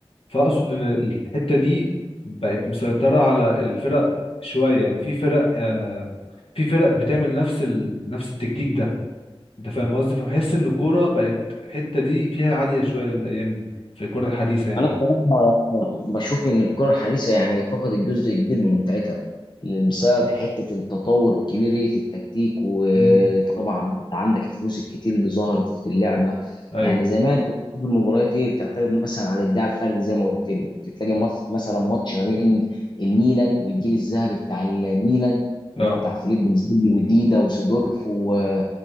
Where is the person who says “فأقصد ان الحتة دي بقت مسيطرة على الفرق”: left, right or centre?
Left